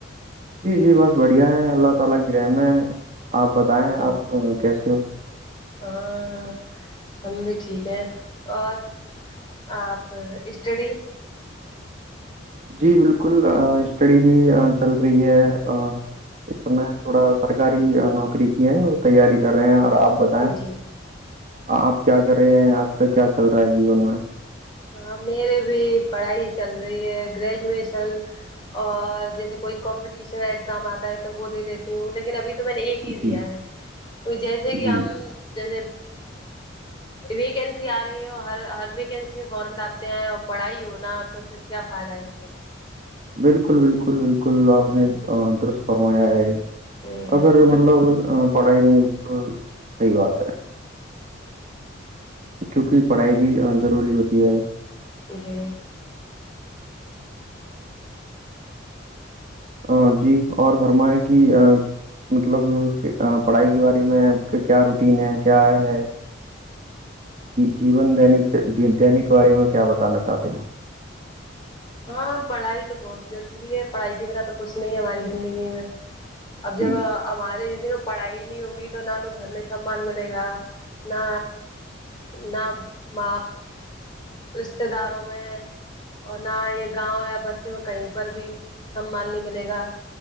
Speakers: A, on the right; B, on the left.
A: جی -جی بس بڑھیا ہے اللہ تعالی کی رحمت ہے اپ بتائیں
B: ہوں،
A: اپ کیسے ہو-
B: <unintelligible> ہم بھی ٹھیک ہیں اور آپ اسٹڈی-
A: جی بالکل اسٹڈی بھی چل رہی ہے- اس سمے تھوڑا سرکاری نوکری کی ہے وہ تیاری کر رہے ہیں اور اب- پت ہے
B: جی
A: آپ کیا کر رہے ہیں آپ کا کیا چل رہا ہے جیون میں
B: ہاں میرے بھی پڑھائی چل رہی ہے گریجویشن اور جیسے کوئی کمپٹیشن ایگزام آتا ہے تو وہ دے لیتی ہوں لیکن ابھی تو میں نے ایک ہی
A: جی
B: دیا ہے جیسے کہ
A: جی
B: ہم جیسے ویکنسی آ رہی ہے اور ہر ہر ویکینسی اس فارم ڈالتے ہیں اور پڑھائی ہونا تو پھر کیا فائد ہے اس سے
A: بالکل بالکل بالکل آپ
B: سے
A: نے درست فرمایا ہے
B: ہوں
A: اگر مطلب پڑھائی نہیں ہوگی تو صحیح بات ہے کیونکہ پڑھائی بھی ضروری ہوتی ہے
B: جی
A: ہ جی اور فرمیں کہ مطلب پڑھائی کے بارے میں آپ کا کیا روٹین ہے کیا ہے جیون دینک دینک کے بارے میں کیا بتانا چاہتے ہیں
B: ہاں پڑھائی تو بہت ضروری ہے پڑھائی کے بنا تو کچھ نہیں ہے ہماری زندگی میں اب جب
A: جی
B: ہمارے زند پڑھائی نہیں ہوگی تو نہ تو گھر میں سمان ملے گا نہ نہ م رشتے داروں میں اور نہ یہ گاؤں یا بستے میں کہیں پر بھی سمان نہیں ملے گا